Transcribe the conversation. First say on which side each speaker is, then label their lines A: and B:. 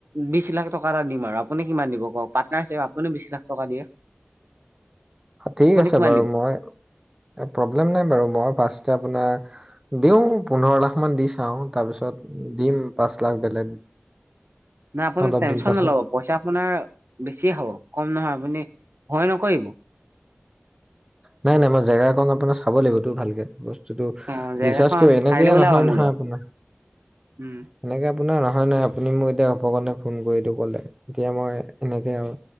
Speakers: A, on the right (about 70°); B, on the right (about 20°).
A: বিশ লাখ টকা এটা দিম আৰু আপুনি কিমান দিব কওক। পাটনাৰশ্বিপ আপুনিও বিশ লাখ টকা দিয়
B: ঠিক আছে
A: কিমান
B: বাৰু
A: দিব?
B: মই
A: <inaudible>
B: প্ৰব্লেম নাই বাৰু মই ফ্ৰাচৰ্টে আপোনাৰ দিওঁ পোন্ধৰ লাখ মান দি চাওঁ তাৰপিছত দিম পাঁচ লাখ বেলেগ
A: নাই আপুনি
B: অলপ
A: টেনচন
B: দিন পাছত
A: নলব পইচা আপোনাৰ বেছিয়ে হ'ব কম নহয় আপুনি ভয় নকৰিব।
B: নাই নাই মই জেগা এক আপোনাৰ চাব লাগিবতো ভালকে বস্তু টো
A: অ জেগাখন
B: ৰিচাৰ্চ কৰি এনেকে
A: কাইলৈ ওলাব
B: নহয়
A: মোৰ
B: নহয়
A: লগত
B: আপোনাৰ।
A: উম
B: এনেকে আপোনাৰ নহয় নহয় আপুনি মোক এতিয়া অপকণে ফোন কৰিটো কলে এতিয়া মই এনেকে আৰু